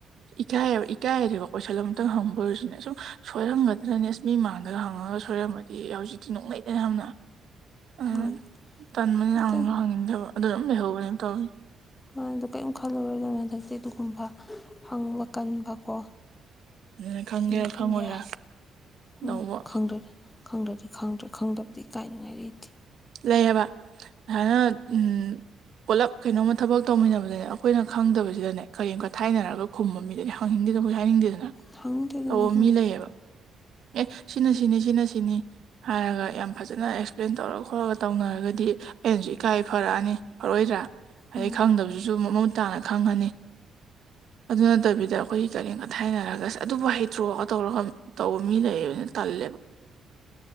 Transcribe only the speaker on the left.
ꯃꯥꯅꯤ
ꯑꯗꯨ
ꯀꯩꯝ
ꯃꯥꯏꯗꯣ ꯀꯔꯤꯝ ꯈꯜꯂꯔꯣꯏꯗꯧꯅꯣ ꯍꯟꯗꯛꯇꯤ ꯑꯗꯨꯒꯨꯝꯕ ꯍꯪꯕ ꯀꯟꯕ ꯀꯣ
ꯑꯗꯨꯏ ꯑꯗꯨꯝ
ꯌꯥ ꯎꯝ
ꯈꯪꯗ꯭ꯔꯦꯗꯅ ꯈꯪꯗ꯭ꯔꯗꯤ ꯈꯪꯗ꯭ꯔꯦ ꯈꯪꯗꯕꯗꯤ ꯏꯀꯥꯏꯅꯤꯡꯉꯥꯏ ꯂꯩꯇꯦ
ꯊꯥꯡꯗꯦ ꯑꯗꯨꯗꯤ
ꯍꯪ
ꯎꯝ